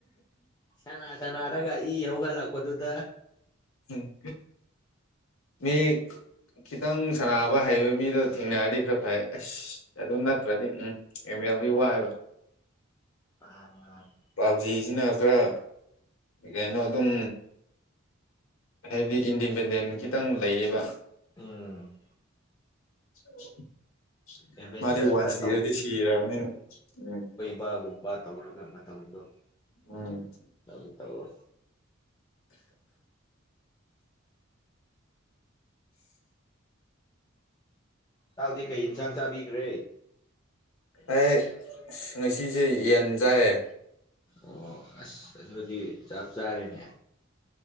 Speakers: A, on the left (about 20°); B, on the left (about 80°).
A: ꯁꯅꯥ ꯁꯅꯥꯔꯒ ꯏ ꯍꯧꯒꯠꯂꯛꯄ ꯀꯗꯨ ꯗ
B: ꯝ ꯃꯤ ꯈꯤꯇꯪ ꯁꯅꯕ ꯍꯩꯕ ꯃꯤꯗꯣ ꯊꯦꯡꯅꯔꯗꯤ ꯈꯔ ꯐꯔꯦ ꯑꯁ ꯑꯗꯨ ꯅꯠꯇ꯭ꯔꯗꯤ ꯎꯝ ꯑꯦꯃꯦꯗꯤ ꯏ ꯋꯥ ꯍꯥꯏꯕ
A: ꯃꯅꯤ ꯃꯅꯤ
B: ꯄꯥꯞꯖꯤꯁꯤꯅ ꯈꯔ ꯀꯩꯅꯣ ꯑꯗꯨꯝ ꯍꯥꯏꯕꯗꯤ ꯏꯟꯗꯤꯄꯦꯟꯗꯦꯟ ꯈꯤꯇꯪ ꯂꯩꯌꯦꯕ
A: ꯎꯝ
B: <unintelligible>
A: ꯑꯦꯗꯚꯦꯟꯆꯔ
B: ꯃꯥꯗꯤ ꯋꯥꯟ
A: ꯈꯔ
B: ꯁꯤꯔꯗꯤ ꯁꯤꯔꯅꯤꯅ ꯎꯝ
A: ꯕ ꯒꯕ ꯇꯧꯔꯒ ꯃ ꯇꯪꯗꯨ
B: ꯎꯝ
A: ꯑꯗꯨ ꯇꯧꯕ ꯇꯥꯎꯗꯤ ꯀꯩ ꯏꯟꯁꯥꯡ ꯆꯥꯕꯤꯈ꯭ꯔꯦ
B: ꯑꯩ ꯉꯁꯤꯁꯦ ꯌꯦꯟ ꯆꯥꯏꯌꯦ
A: ꯑꯣ ꯑꯁ ꯑꯗꯨꯗꯤ ꯆꯞ ꯆꯥꯔꯦꯅꯦ